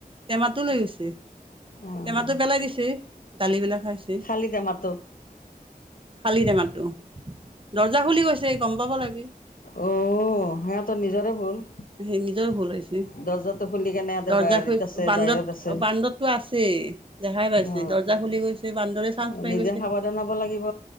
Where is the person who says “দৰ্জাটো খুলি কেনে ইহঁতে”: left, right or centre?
Left